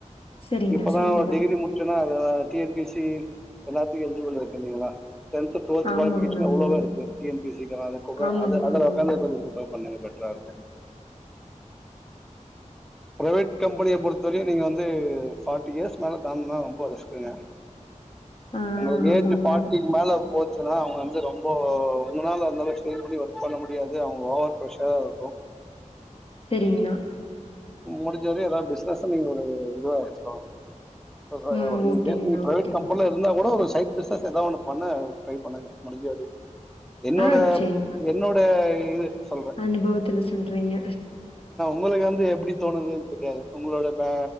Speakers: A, on the left; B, in the centre.
A: சரிங்கண்ணா,
B: இப்பதான்
A: சரிங்கண்ணா, சரிங்கண்ணா.
B: ஒரு டிகிரி முடிச்ச அத டி என்பி சி எல்லாத்துக்கும் எல்ஜபில்இருக் இல்லங்களா டன்து டுவெல்த்
A: ஆமாங்கண்ணா,
B: குவாலிபிகேஷன்
A: ஆமாங்கண்ணா.
B: எவ்வளோவோ இருக்கு டி என் பி சி
A: ஆமாங்கண்ணா,
B: அது அதுல
A: ஆமாங்கண்ணா.
B: உக்காந்துேந்தும் பண்ணது பெட்ரா இருக்கும் பிரைவேட் கம்பெனியை பொறுத்த வரையும் நீங்க வந்து பார்ட்டி இயர்ஸ் மேல தான்டுனா ரொம்ப ரிஸ்குங்க
A: ஆ
B: உங்க ஏஜ்
A: ஆமாங்கண்ணா.
B: பார்ட்டிக்கு மேல போச்சு <unintelligible> அவங்க வந்து ரொம்ப உங்கனால அந்த அந்த மாரி ஸ்டெய்ன் பண்ணிஒர்க் பண்ண முடியாது அவங்க ஓவர் ப்ரெஷரா இருக்கும்
A: செரிங்கண்ணா
B: முடிஞ்சவரயும் ஏதாது பிசினஸ் நீங்க ஒரு இதுவா வெச்சிகோங்க அ சுஉஹ்
A: ம். ஓகேங்கண்ணா,
B: பிரைவேட்
A: ஓகேங்கண்ணா.
B: கம்பெனில இருந்தா கூட ஒரு சை பிசினஸ் ஏதா ஒண்ணு பண்ண ட்ரை பண்ணுங்க முடிஞ்ச வரயும் என்னோட
A: ஆ சரிங்க.
B: என்னோட இது சொல்றே
A: அனுபவத்துல சொல்றீங்க
B: <unintelligible> எப்டி தோணுது தெரியாது உங்களோட பே